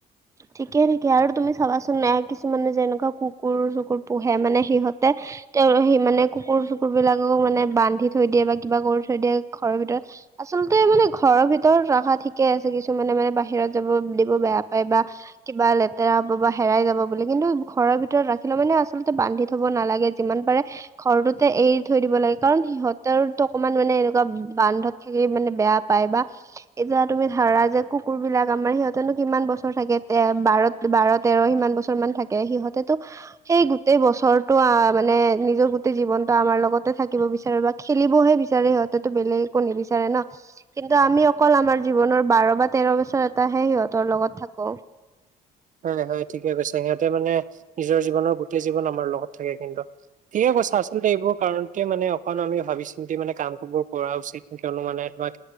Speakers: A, on the right; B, on the right.
A: ঠিকেই ঠিকেই আৰু তুমি চাবাচোন এ কিছুমানে যেনেকুৱা কুকুৰ চুকুৰ পোহে মানে সিহঁতে তেওঁ সি মানে কুকুৰ চুকুৰ বিলাকক মানে বান্ধি থৈ দিয়ে বা কিবা কৰি থৈ দিয়ে ঘৰৰ ভিতৰত আচলতে মানে ঘৰৰ ভিতৰত ৰাখা ঠিকেই আছে কিছু মানে মানে বাহিৰত যাব দিব বেয়া পাই বা- কিবা লেতেৰা হব বা হেৰাই যাব বুলি কিন্তু ঘৰৰ ভিতৰত ৰাখিলে মানে আচলতে বান্ধি থব নালাগে যিমান পাৰে ঘৰটোতে এৰি থৈ দিব লাগে কাৰণ সিহঁতৰোটো অকমান মানে এনেকুৱা বান্ধত- থাকি মানে বেয়া পায় বা এতিয়া তুমি ধৰা যে কুকুৰ বিলাক আমাৰ সিহঁতেনো কিমান বছ- ছৰ থাকে তে বাৰ বাৰ তেৰ সিমান বছৰ মান থাকে সিহঁতেতো- সেই গোটেই বছৰটো আ মানে নিজৰ গোটেই জীৱনটো আমাৰ লগতে থাকিব বিচাৰে বা খেলিবহে বিচাৰে সিহঁতেটো বেলেগ একো নিবিচাৰে না। কিন্তু আমি অকল আমাৰ জীৱনৰ বাৰ বা তেৰ বছৰ এটাহে সিহঁতৰ লগত থাকো।
B: হয় হয় ঠিকেই কৈছে, সিহঁতে মানে নিজৰ জীৱনৰ গোটেই জীৱন আমাৰ লগত থাকে কিন্তু। ঠিকেই কৈছা আচলতে এইবোৰ কাৰণতে মানে অকণ আমি ভাবি -চিন্তি মানে কামবোৰ কৰা উচিত। কিয়নো মানে তোমাক